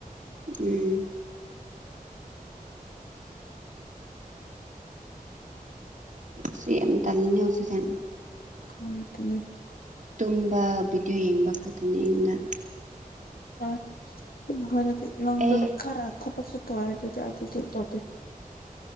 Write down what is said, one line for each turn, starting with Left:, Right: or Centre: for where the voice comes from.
Right: ꯎꯝ ꯁꯤ ꯌꯥꯝ ꯇꯜꯂꯤꯅ ꯍꯧꯖꯤꯛꯁꯦ
Left: <unintelligible>
Right: ꯇꯨꯝꯕ ꯚꯤꯗꯤꯑꯣ ꯌꯦꯡꯕ ꯈꯛꯇꯅꯦ ꯑꯩꯉꯣꯟꯗ
Left: ꯑꯗꯨ ꯑꯣꯢꯔꯗꯤ ꯅꯪꯗꯨ
Right: ꯑꯦ
Left: ꯈꯔ ꯊꯕꯛꯁꯨ <unintelligible>